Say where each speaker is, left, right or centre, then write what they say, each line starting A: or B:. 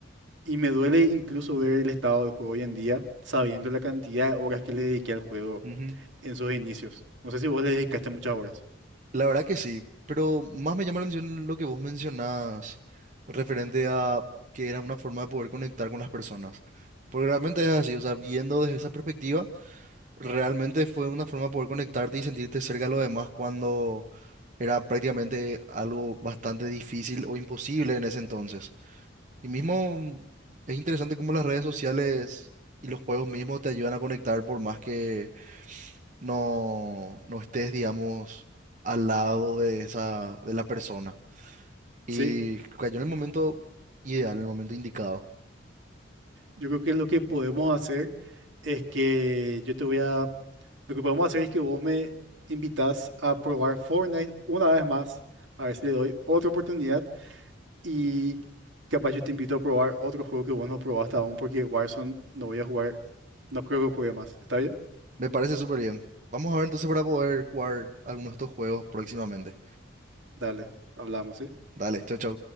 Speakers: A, on the right (about 70°); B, on the right (about 40°).
A: Y me duele incluso ver el estado del juego hoy en día, sabiendo la cantidad de horas que le dediqué al juego
B: Ujú.
A: en sus inicios. No sé si vos le dedicaste muchas horas.
B: La verdad que sí, pero más me llama la atención lo que vos mencionás referente a que era una forma de poder conectar con las personas. Porque realmente es así, o sea, viendo desde esa perspectiva. Realmente fue una forma de poder conectarte y sentirte cerca de los demás cuando era prácticamente algo bastante difícil o imposible en ese entonces. Y mismo mm, es interesante cómo las redes sociales y los juegos mismos te ayudan a conectar por más que no, no estés, digamos, al lado de esa, de la persona. Y
A: Sí,
B: cayó en el momento ideal, en el momento indicado.
A: yo creo que lo que podemos hacer es que yo te voy a... Lo que podemos hacer es que vos me invitas a probar Fortnite una vez más, a ver si le doy otra oportunidad Y capaz yo te invito a probar otro juego que vos no probaste aún, porque Warzone no voy a jugar, no creo que juegue más. ¿Está bien?
B: Me parece súper bien. Vamos a ver entonces para poder jugar algunos de estos juegos próximamente.
A: Dale, hablamos, ¿sí?
B: Dale, chau, chau.